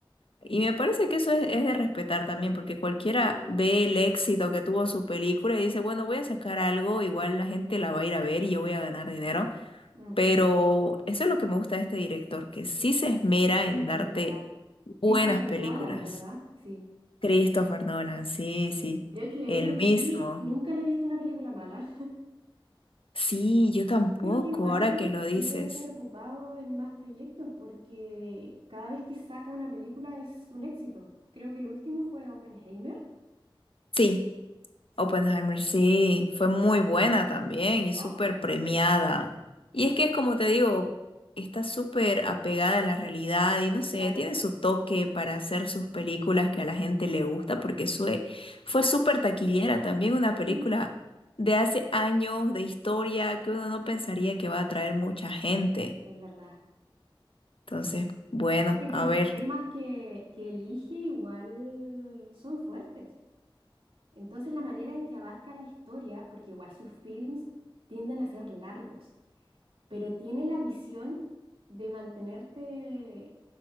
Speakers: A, on the left (about 80°); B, on the right (about 80°).
A: Y me parece que eso es, es de respetar también, porque cualquiera
B: Eh,
A: ve el éxito que tuvo su película y dice, bueno, voy a sacar algo, igual la gente la va a ir a ver y yo voy a ganar dinero.
B: ujú,
A: Pero eso es lo que me gusta de este director, que sí se esmera en darte
B: es verdad.
A: buenas
B: Christopher
A: películas.
B: Nolan, ¿verdad? Sí.
A: Christopher Nolan, sí, sí,
B: Creo que
A: el
B: él en
A: mismo.
B: sí nunca le he visto una película mala
A: Sí, yo tampoco,
B: Yo Creo que igual
A: ahora
B: él,
A: que lo dices.
B: él debe estar ocupado en más proyectos porque cada vez que saca una película es un éxito. Creo que el último fue Oppenheimer.
A: Sí.
B: Sí.
A: Oppenheimer, sí, fue muy buena también y súper
B: Ay,
A: premiada.
B: sí.
A: Y es que es como te digo, está súper apegada a la realidad y no
B: Exacto.
A: sé, tiene su toque para hacer sus películas que a la gente le gusta porque sue- fue súper taquillera también una
B: Ujú,
A: película de hace años de historia que uno no pensaría que va a atraer mucha gente.
B: Es verdad.
A: Entonces, bueno,
B: Aparte
A: a
B: que los
A: ver.
B: temas que, que elige igual son fuertes. Entonces la manera en que abarca la historia, porque igual sus films tienden a ser largos. pero tiene la visión de mantenerte